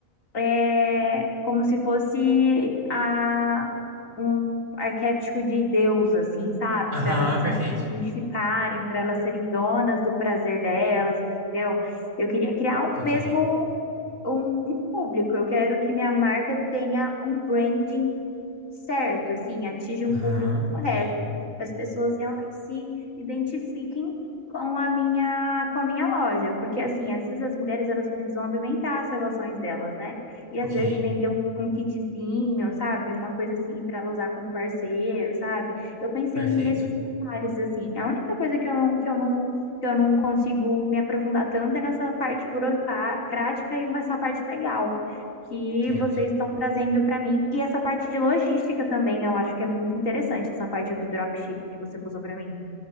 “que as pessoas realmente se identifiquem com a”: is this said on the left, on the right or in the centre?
Left